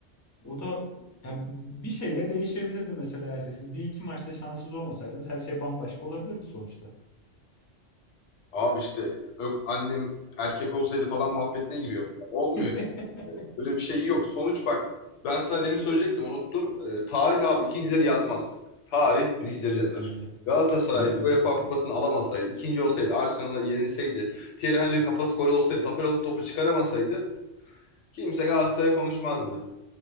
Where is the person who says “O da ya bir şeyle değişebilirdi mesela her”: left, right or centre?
Left